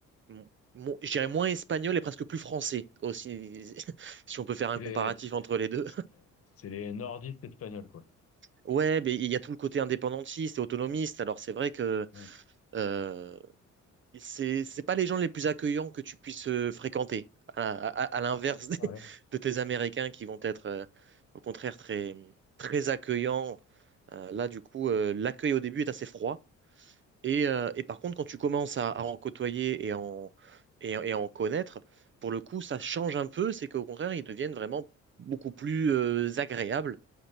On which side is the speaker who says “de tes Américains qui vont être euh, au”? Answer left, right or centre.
Right